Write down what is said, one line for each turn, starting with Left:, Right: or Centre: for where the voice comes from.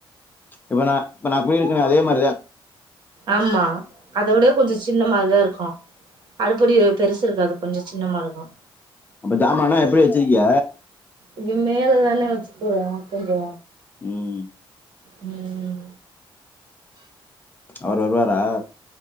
Left: இப்ப நா இப்ப நா குடியிரு க்னே அதே மாரிதா
Right: ஆமா அத விட கொஞ்சொ சின்ன மாரிதா இருக்கூ அடுப்படி பெருசு இருக்காது கொஞ்சோ சின்னமா இருக்கு
Left: அப்ப ஜாமான்ன எப்டி வச்சிருக்கிய
Right: இங்க மேலதானே வச்சிக்குறோ கொஞ்சொ
Left: உம்
Right: உம்
Left: அவரு வருவாரா